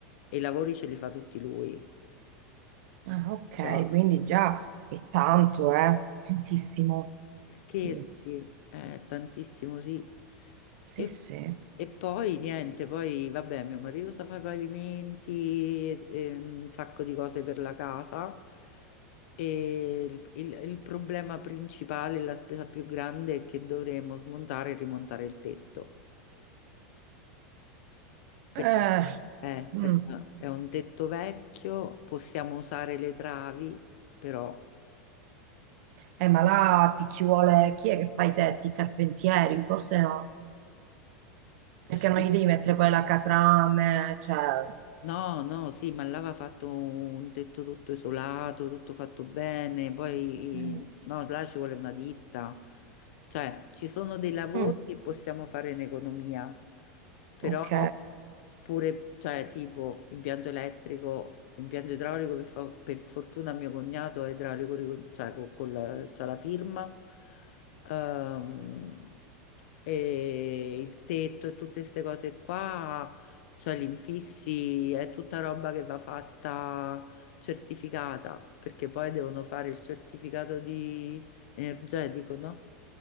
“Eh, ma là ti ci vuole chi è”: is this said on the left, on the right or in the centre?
Right